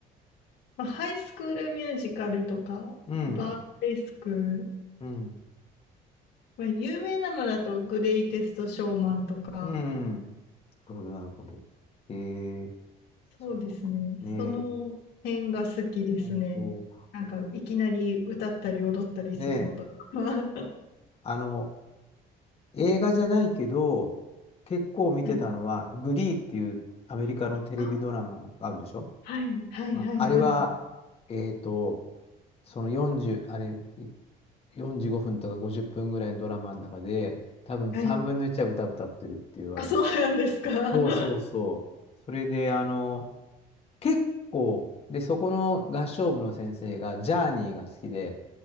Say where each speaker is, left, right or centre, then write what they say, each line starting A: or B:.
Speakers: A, on the left; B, on the left.
A: まあ、ハイスクールミュージカルとか、
B: うん、
A: バーレスク、
B: うん、
A: まあ、有名なのだとグレイテストショーマンとか、
B: うん。なるほど、なるほど。えー、
A: そうですね。
B: そっか。ねえ、
A: その辺が好きですね。
B: 本当。
A: なんか、いきなり歌ったり踊ったりするのとか。
B: ねえ、
A: <laughs> は
B: あの、映画じゃないけど、結構見てたのは、
A: い。
B: グリーっていうアメリカのテレビドラマがあるでしょ
A: あはい、はい、
B: まああれは、
A: はい、はい。
B: えっと、その40、あれ、い45分とか50分ぐらいのドラマの中で、多分3分の1は歌歌ってるっていう、
A: はい。あ、
B: あの、
A: そうなんですか。<laughs> は
B: そうそうそう。それで、あの、結構、で、そこの合唱部の先生が、ジャーニーが好きで、